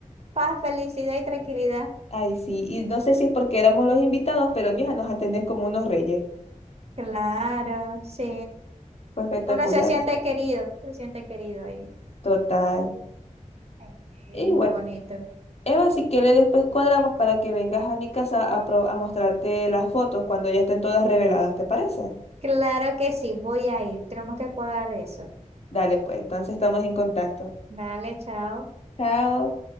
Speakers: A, on the right; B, on the left.
A: paz, felicidad y tranquilidad.
B: ay, sí, y no sé si es porque éramos los invitados, pero mija, nos atendían como unos reyes.
A: Claro, sí.
B: Fue espectacular.
A: Uno se siente querido, se siente querido ahí.
B: Total.
A: Ok, Es
B: Y
A: muy
B: bueno,
A: bonito.
B: Eva, si quieres, después cuadramos para que vengas a mi casa a, pro- a mostrarte las fotos cuando ya estén todas reveladas, ¿te parece?
A: Claro que sí, voy a ir. Tenemos que cuadrar eso.
B: Dale, pues, entonces estamos en contacto.
A: Dale, chao.
B: Chao.